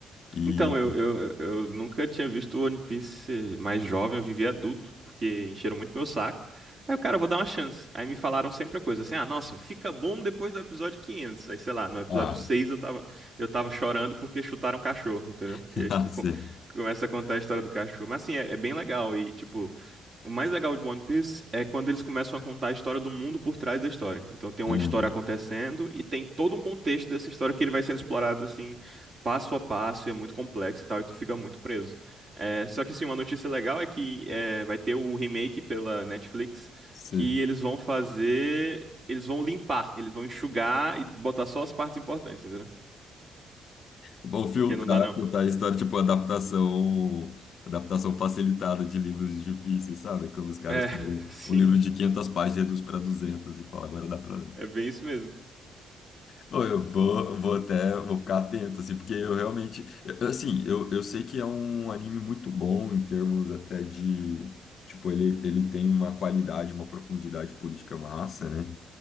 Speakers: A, on the left (about 60°); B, on the right (about 40°).
A: E,
B: Então, eu, eu, eu nunca tinha visto One Piece mais jovem, eu vivi adulto, porque encheram muito meu saco. Aí o cara, eu vou dar uma chance. Aí me falaram sempre a coisa assim: ah, nossa, fica bom depois do episódio 500. Aí sei lá, no episódio
A: ah,
B: 6 eu tava, eu tava chorando porque chutaram um cachorro, entendeu? Porque
A: <laughs>
B: aí tu
A: sim,
B: com- começa a contar a história do cachorro. Mas assim, é, é bem legal. E tipo, O mais legal de One Piece é quando eles começam a contar a história do mundo por trás da história. Então tem uma
A: hum,
B: história acontecendo e tem todo um contexto dessa história que ele vai sendo explorado assim, passo a passo, e é muito complexo e tal, e tu fica muito preso. É, só que sim, uma notícia legal é que é, vai ter o remake pela Netflix,
A: sim.
B: que eles vão fazer. Eles vão limpar, eles vão enxugar e botar só as partes importantes, entendeu?
A: vão filtrar,
B: Porque não dá não.
A: contar a história, tipo, adaptação, adaptação facilitada de livros difíceis, sabe? Quando os caras,
B: É,
A: pegam
B: <laughs> sim,
A: um livro de 500 páginas e reduz para 200 e fala, agora dá para ler.
B: é bem isso mesmo.
A: Pô, Eu vou, vou até, vou ficar atento, assim, porque eu realmente, eu- assim, eu, eu sei que é um anime muito bom em termos até de, tipo, ele, ele tem uma qualidade, uma profundidade política massa, né?